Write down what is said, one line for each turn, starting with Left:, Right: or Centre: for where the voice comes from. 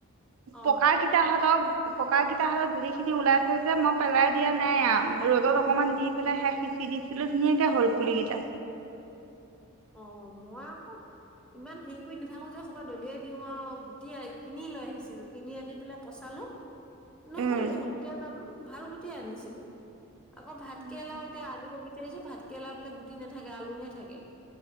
Centre: অ
Right: পকা কেইটাহতক পক কেইটা হলেত গুলি খিনি ওলাইছে যে মই পেলাই দিয়া নাই আম ৰ'দত অকনমান দি পেলাই শেষ সিচ চিৰিছিলো নকে হ'ল পুলিিকেইটা
Centre: অ মই আকৌ ইমান হেৰি কৰি নাথাকো যে কৰবাত দলিয়াই দিওঁ আৰু গুটি আহ কিনি লৈ আহিছো ছিলো কিনি আনি পেলাই পচালো নহল
Right: উম
Centre: দে সোনকে জানো ভাল গোটেই আনিছিলো আকৌ ভাতকেৰেলাও
Right: উম। উম।
Centre: এতিয়া আনিব বিচাৰিছো ভাত কেেৰেলা বোলে গুটি নাথাকে আলুহে থাকে